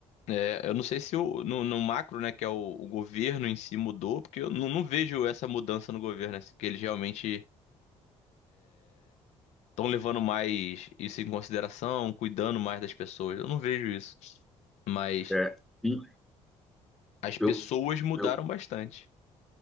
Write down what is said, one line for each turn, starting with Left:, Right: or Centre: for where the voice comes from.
Left: É, eu não sei se o, no, no macro, né, que é o, o governo em si mudou, porque eu não, não vejo essa mudança no governo, né, que eles realmente estão levando mais isso em consideração, cuidando mais das pessoas. Eu não vejo isso. Mas
Centre: É, e
Left: as pessoas
Centre: eu,
Left: mudaram
Centre: eu,
Left: bastante.